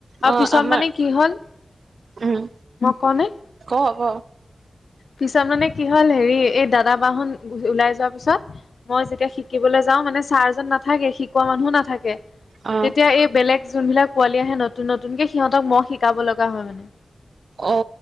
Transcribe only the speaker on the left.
আৰু
পিছত
মানে কি হল,
মই কওঁ নে?
পিছত মানে কি হল হেৰি এই দাদা, বা হ'ত ওলাই যোৱা পিছত মই যেতিয়া শিকিবলৈ যাও মানে ছাৰজন নাথাকে শিকোৱা মানুহো নাথাকে
তেতিয়া এই বেলেগ যোনবিলাক পোৱালি আহে নতুন নতুনকে সিহঁতক মই শিকাব লগা হয় মানে